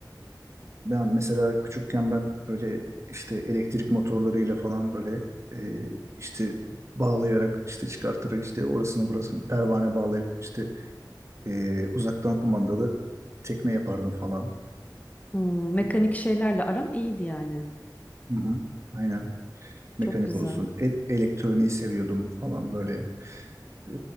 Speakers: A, on the right; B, on the left.
A: Ben mesela küçükken ben böyle işte elektrik motorlarıyla falan böyle e, işte bağlayarak işte çıkartarak işte orasını burasını pervane bağlayıp işte Ee, uzaktan kumandalı tekne yapardım falan.
B: Hmm, mekanik
A: Ee,
B: şeylerle aran iyiydi yani.
A: hı hı, aynen. Mekanik
B: Çok güzel.
A: olsun. E- elektroniği seviyordum falan böyle. Ee,